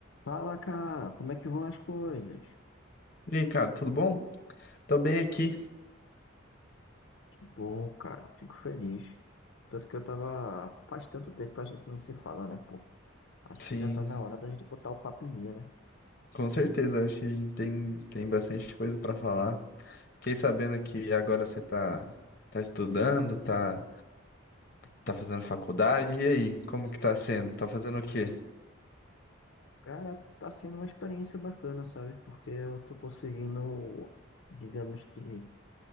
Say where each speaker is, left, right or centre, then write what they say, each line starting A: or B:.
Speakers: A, on the left; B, on the left.
A: Fala, cara, como é que vão as coisas?
B: E aí, cara, tudo bom? Tô bem aqui.
A: Que bom, cara, fico feliz. Tanto que eu tava. Faz tanto tempo que a gente não se fala, né, pô? Acho
B: Sim,
A: que já tá na hora da gente botar o papo em dia, né?
B: com certeza. Acho que a gente tem, tem bastante coisa pra falar. Fiquei sabendo que agora você tá, tá estudando, tá, tá fazendo faculdade. E aí, como que tá sendo? Tá fazendo o quê?
A: Cara, tá sendo uma experiência bacana, sabe? Porque eu tô conseguindo, digamos que,